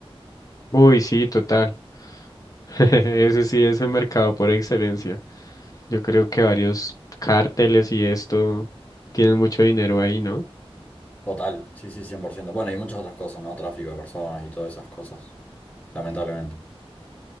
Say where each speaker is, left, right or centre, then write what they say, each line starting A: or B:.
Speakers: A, on the left; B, on the left.
A: Uy, sí, total. <laughs> Ese sí es el mercado por excelencia. Yo creo que varios cárteles y esto tienen mucho dinero ahí, ¿no?
B: Total, sí, sí, 100%. Bueno, y muchas otras cosas, ¿no? Tráfico de personas y todas esas cosas, lamentablemente.